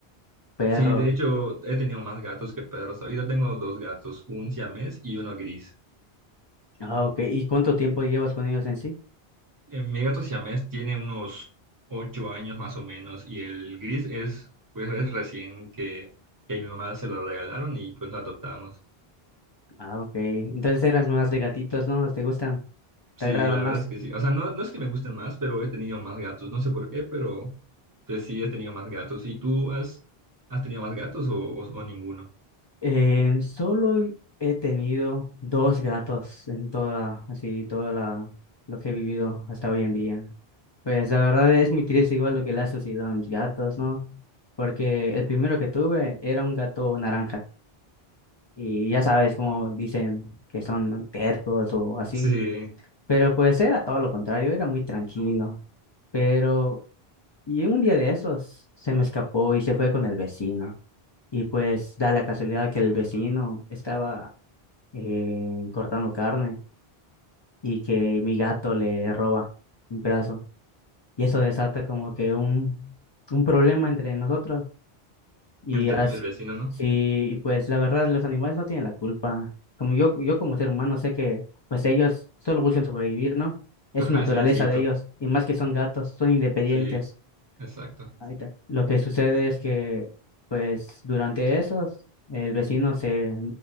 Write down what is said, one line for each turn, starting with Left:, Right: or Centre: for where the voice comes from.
Left: perros?
Right: Sí, de hecho, he tenido más gatos que perros. Ahorita tengo dos gatos, un siamés y uno gris.
Left: Ah, ok. ¿Y cuánto tiempo llevas con ellos en sí?
Right: Eh, Mi gato siamés tiene unos ocho años más o menos y el gris es, pues es recién que, que mi mamá se lo regalaron y pues lo adoptamos.
Left: Ah, ok. Entonces eras más de gatitos, ¿no? ¿Te gustan?
Right: Sí,
Left: ¿Te agradan
Right: la
Left: más?
Right: verdad es que sí. O sea, no, no es que me gusten más, pero he tenido más gatos. No sé por qué, pero pues sí he tenido más gatos. ¿Y tú has, has tenido más gatos o, o, o ninguno?
Left: Eh, solo he tenido dos gatos en toda, así, toda la, lo que he vivido hasta hoy en día. Pues la verdad es muy triste igual lo que le ha sucedido a mis gatos, ¿no? Porque el primero que tuve era un gato naranja. Y ya sabes cómo dicen que son tercos o así.
Right: Sí,
Left: Pero pues era todo lo contrario, era muy tranquilo. Pero Y un día de esos se me escapó y se fue con el vecino. Y pues da la casualidad que el vecino estaba eh, cortando carne y que mi gato le roba un pedazo. Y eso desata como que un, un problema entre nosotros. Y
Right: entre
Left: as-
Right: tú y el vecino, ¿no?
Left: sí, y pues la verdad los animales no tienen la culpa. Como yo, yo como ser humano sé que pues ellos solo buscan sobrevivir, ¿no? Es
Right: Ajá,
Left: su naturaleza
Right: es su instinto.
Left: de ellos. Y más que son gatos, son independientes.
Right: Sí, exacto.
Left: Ahí está. Lo que sucede es que, pues, durante esos, el vecino se,